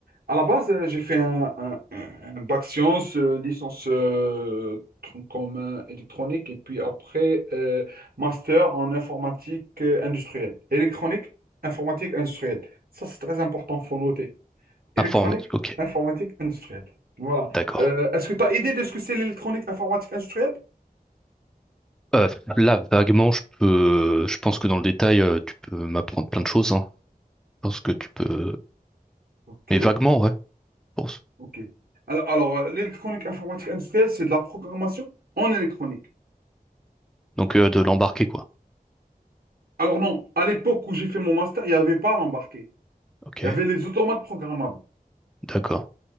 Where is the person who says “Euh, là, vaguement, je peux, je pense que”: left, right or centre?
Centre